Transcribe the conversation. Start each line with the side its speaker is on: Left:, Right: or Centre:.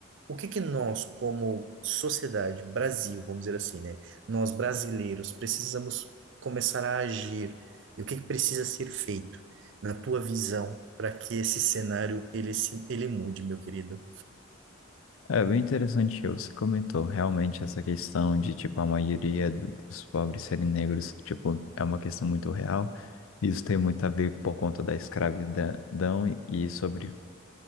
Right: o que que nós como sociedade, Brasil, vamos dizer assim, né? Nós brasileiros precisamos começar a agir. E o que que precisa ser feito na tua visão para que esse cenário ele se ele mude, meu querido?
Left: É bem interessante que você comentou realmente essa questão de, tipo, a maioria do- dos pobres serem negros, tipo, é uma questão muito real. Isso tem muito a ver por conta da escravidão e e sobre